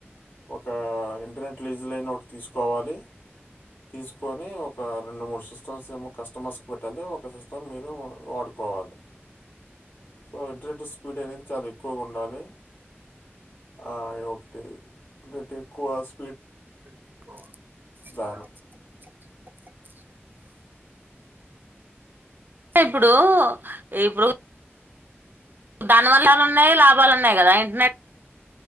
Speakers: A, on the left (about 50°); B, on the right (about 45°).
A: ఒక ఇంటర్నెట్ ప్లీజ్లైన్ ఒకటి తీసుకోవాలి తీసుకొని ఒక రెండు మూడు సిస్ <unintelligible> ఏమో కస్టమర్స్ కు పెట్టాలి ఒక సిస్టం మీరు వాడుకోవాలి సో ఇంటర్నెట్ స్పీడ్ అనేది చాలా ఎక్కువగా ఉండాలి ఆ ఒకటి డి కోస్
B: ఆ
A: దానం
B: ఇప్పుడు ఇప్పుడు దానివల్లలా ఉన్నాయి లాభాలు ఉన్నాయి కదా ఇంటర్నెట్